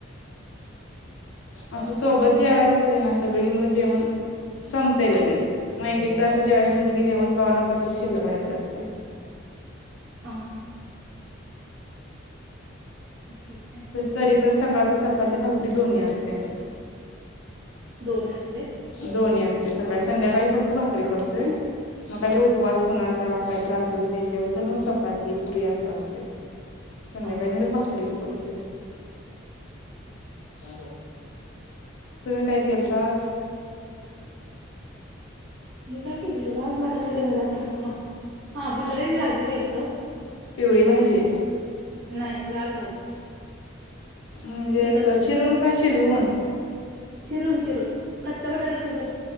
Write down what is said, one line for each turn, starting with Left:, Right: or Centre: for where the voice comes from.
Left: असं सोबत जेवायला बसली ना सगळी मग जेव- संपतंय लगे. मग एक एक तास जेवायाचं म्हटलं की जेवण संपतंय कवातरं जेवण शिल्लक राहिलेलं असतंय.
Right: हा हा असं आहे.
Left: तरी पण सकाळच चपाती भाकरी दोन्ही असते.
Right: दोन्ही असते.
Left: दोन्ही असते. सकाळी संध्याकाळी फक्त भाकरी करतोय. मग काहीतरी उपवास कुणाचा.,. काही तर असल स्पेशल तर मग., चपाती पुरी असं असते. संध्याकाळी
Right: हा
Left: नाहीतर भाकरीच करतोय. हम. तुम्ही काय केलता आज?
Right: मी काय केलेलो का आज. मला लक्षात येईना.. थांब आता सांगतो.,. हा बटट्याची भाजी केलतो.
Left: पिवळी भाजी..
Right: नाही लाल भाजी
Left: म्हणजे
Right: तिखट घालून
Left: चिरून का शिजवून..
Right: चिरून.. चिरून.. कच्चा बटाटा चिरून.